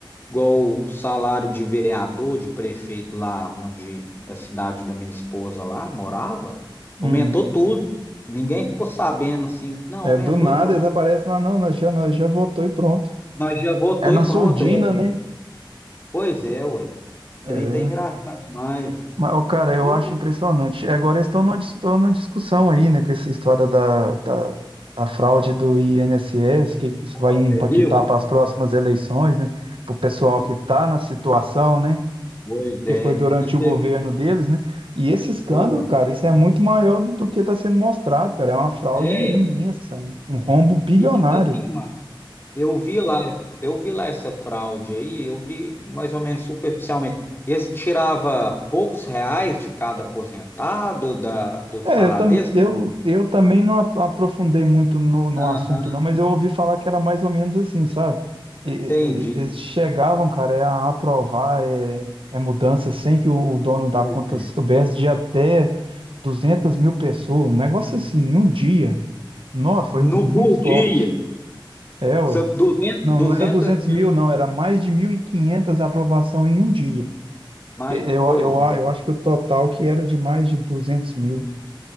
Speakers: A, on the left; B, on the right.
A: Igual o salário de vereador, de prefeito lá onde a cidade da minha esposa lá morava, aumentou
B: Hum.
A: tudo. Ninguém ficou sabendo assim, não,
B: É,
A: aumentou
B: do nada
A: e pronto.
B: eles aparecem lá, não, nós já, nós já votou e pronto.
A: Nós já votou
B: É na
A: e pronto.
B: surdina,
A: É.
B: né?
A: Pois é, ué. Esse
B: É.
A: trem tá engraçado demais.
B: Mas, ô, cara, eu
A: E
B: acho
A: o
B: impressionante. É, Agora eles estão numa, dis- tão numa discussão aí, né, com essa história da, da, da fraude do INSS, que, que isso
A: ó,
B: vai impactar
A: você viu?
B: para as próximas eleições, né? Para o pessoal
A: E-
B: que está na situação, né?
A: pois é.
B: que foi durante
A: E você
B: o governo
A: viu?
B: deles, né? E esse escândalo,
A: Foi.
B: cara, isso é muito maior do que está sendo mostrado, cara. É uma fraude
A: É.
B: imensa, um rombo bilionário.
A: E tipo assim, mano. Eu vi lá, eu vi lá essa fraude aí, eu vi mais ou menos superficialmente. Esse tirava poucos reais de cada aposentado da, do salário
B: É, eu, tam,
A: deles?
B: eu, eu também não ap- aprofundei muito no, no
A: Aham,
B: assunto, não, mas eu ouvi falar que era mais ou menos assim, sabe? E-
A: entendi.
B: e- e- eles chegavam, cara, é a aprovar é, é mudança sem que o, o dono da
A: Pois
B: conta
A: é.
B: soubesse de até 200 mil pessoas, um negócio assim, em um dia. Nossa, foi muitos
A: No por dia,
B: golpes. É, ué.
A: são 200,
B: Não,
A: 200
B: não era 200
A: mil,
B: mil, não, era mais de 1.500 aprovação em um dia.
A: mas,
B: E- Eu,
A: pois
B: eu,
A: é.
B: eu acho que o total que era de mais de 200 mil.